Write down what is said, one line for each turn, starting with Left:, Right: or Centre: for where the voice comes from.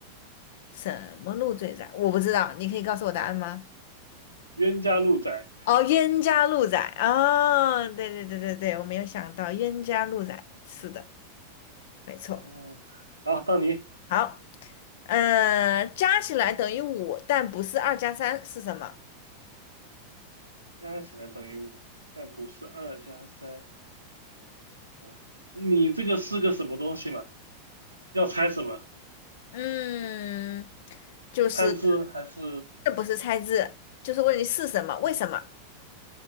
Left: 什么路最窄？我不知道，你可以告诉我答案吗？
Right: 冤家路窄。
Left: 哦，冤家路窄哦，对对对对对，我没有想到冤家路窄，是的，没错。
Right: 嗯、好，到你，
Left: 好，嗯、加起来等于五，但不是二加三，是什么？
Right: 加起来等于五，但不是二加三啊。你这个是个什么东西嘛？要猜什么？
Left: 嗯，就是
Right: 汉字还是
Left: 这不是猜字，就是问你是什么，为什么？